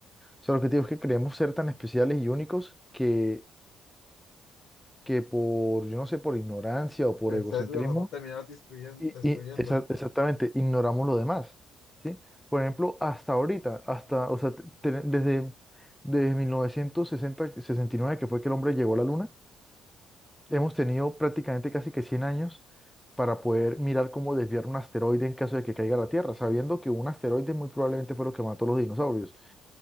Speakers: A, in the centre; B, on the left (about 70°).
A: o sea, lo que te digo es que creemos ser tan especiales y únicos que, que por, yo no sé, por ignorancia o por
B: El
A: egocentrismo,
B: sesgo nos va a terminar destruyendo,
A: y,
B: destruyendo.
A: y exa- exactamente, ignoramos lo demás, ¿sí? Por ejemplo, hasta ahorita, hasta, o sea, te- te- desde, desde mil novecientos sesenta, sesenta y nueve que fue que el hombre llegó a la luna, hemos tenido prácticamente casi que 100 años para poder mirar cómo desviar un asteroide en caso de que caiga a la Tierra, sabiendo que un asteroide muy probablemente fue lo que mató a los dinosaurios.